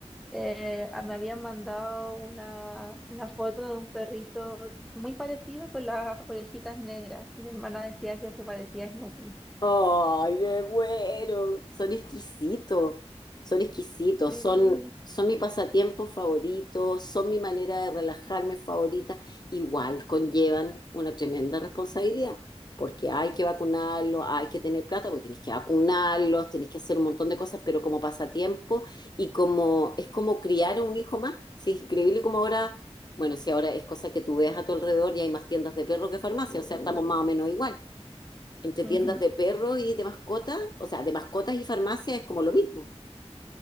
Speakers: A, in the centre; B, on the left.
A: eh, a- me habían mandado una, una foto de un perrito muy parecido con las orejitas negras y mi hermana decía que se parecía a Snoopy.
B: Ay, me muero. Son exquisitos, son exquisitos,
A: Sí.
B: son, son mi pasatiempo favorito, son mi manera de relajarme favorita. Igual conllevan una tremenda responsabilidad, porque hay que vacunarlos, hay que tener plata, porque tenés que vacunarlos, tenés que hacer un montón de cosas, pero como pasatiempo y como es como criar a un hijo más. Sí, es increíble como ahora, bueno, si ahora es cosa que tú veas a tu alrededor y hay más tiendas de perros que farmacia, o sea, estamos más o menos igual entre
A: Ujú.
B: tiendas de perros y de mascotas, o sea, de mascotas y farmacia es como lo mismo.